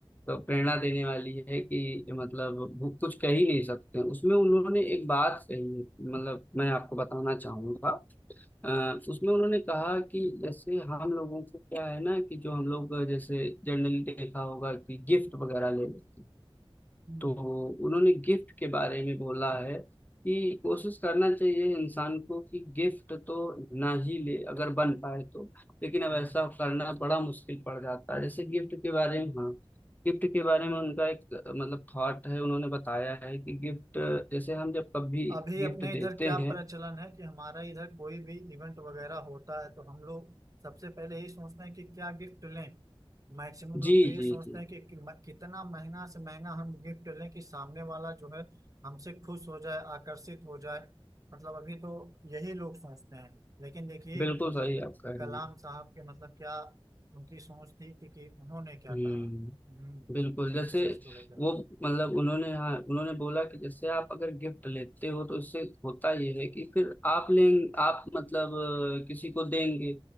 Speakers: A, on the left; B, on the right.
A: तो प्रेरणा
B: हम्म,
A: देने वाली है कि मतलब वो कुछ कह ही नहीं सकते उसमें उन्होंने एक बात कही है मतलब मैं आपको बताना चाहूंगा अ, उसमें उन्होंने कहा कि जैसे हम लोगों को क्या है ना कि जो हम लोग जैसे जनरली देखा होगा कि गिफ्ट वगैरह ले लेते हैं
B: हम्म,
A: तो उन्होंने गिफ्ट के बारे में बोला है कि कोशिश करना चाहिए इंसान को कि गिफ्ट तो ना ही ले अगर बन पाए तो लेकिन अब
B: हम्म।
A: ऐसा करना बड़ा मुश्किल पड़ जाता है जैसे गिफ्ट के बारे में हाँ गिफ्ट के बारे में उनका एक अ, मतलब थॉट है उन्होंने बताया है कि गिफ्ट जैसे हम जब कभी
B: अभी
A: गिफ्ट
B: अपने
A: देते
B: इधर क्या
A: हैं
B: प्रचलन है कि हमारा इधर कोई भी इवेंट वगैरह होता है तो हम लोग सबसे पहले यही सोचते हैं कि क्या गिफ्ट लें मैक्सिमम लोग
A: जी
B: तो ये
A: जी
B: सोचते
A: जी
B: हैं कि कि- म- कितना महंगा से महंगा हम गिफ्ट लें कि सामने वाला जो है हमसे खुश हो जाए आकर्षित हो जाए मतलब अभी तो यही लोग सोचते हैं लेकिन देखिए
A: बिल्कुल
B: मतलब
A: सही आप कह रहे
B: कलाम
A: हैं
B: साहब के मतलब क्या उनकी सोच थी कि, कि उन्होंने क्या
A: हम्म
B: कहा हम्म
A: बिल्कुल जैसे
B: इस चीज को लेकर
A: वो मतलब उन्होंने हाँ उन्होंने बोला कि जैसे आप अगर गिफ्ट लेते हो तो इससे होता ये है कि फिर आप लें आप मतलब अ, किसी को देंगे